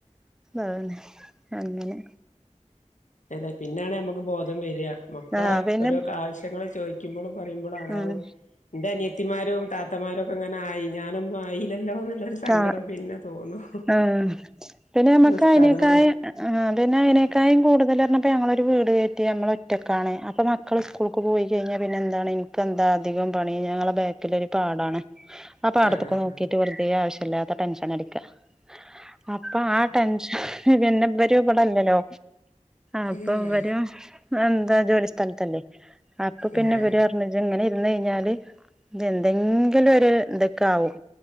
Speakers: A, in the centre; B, on the left (about 80°).
A: അന്നെ അങ്ങനെ
B: അല്ലെ പിന്നണെ നമക്ക് ബോധം വരിക മക്കളെ
A: ആഹ് പിന്നെ
B: ഓരോ ആവശ്യങ്ങൾ ചോദിക്കുമ്പോഴും പറയുമ്പോഴ എറെ
A: ഉം
B: അന കുത്തിമാരും താത്തമാരും ഒക്കെ അങ്ങനെ ആയി ഞാനൊന്നും ആയില്ലല്ലോ എന്നുള്ളൊരു സങ്കടം
A: ആ
B: പിന്നെ തോന്നും
A: ആ പിന്നെ നമ്മക്കൾക്ക്
B: ഉസ്താദുമാ
A: അയിതിനേക്കായും കൂടുതൽണം അപ്പോൾ ഞങ്ങളൊരു വീട് കയറ്റി മ്മള ഒറ്റക്കാണ് അപ്പോൾ മക്കൾ സ്കൂളേക്ക് പോയി കഴിഞ്ഞാൽ പിന്നെ എന്താണ് എനിക്ക് എന്താധിക പണി ഞങ്ങളുടെ ബാക്കിലൊരു പാടാണ് അപ്പൊ അടുത്തൊക്കെ
B: ആ ആ
A: നോക്കിട്ട് പറ വല്ലാത്ത ടെൻഷൻ അടിക്ക- അപ്പൊ ആ ടെൻഷൻ പിന്നെവരും ഇവിടെല്ലല്ലോ അപ്പൊ
B: ആഹ്
A: ഇരും ജോലിസ്ഥഥലത്തല്ലേ അപ്പൊ പിന്നെ
B: ആഹ്
A: ഇവര് പറഞ്ഞ എങ്ങനെ കഴിഞ്ഞാല് എന്തെങ്കിലും ഒരു എന്തൊക്കെ ആകും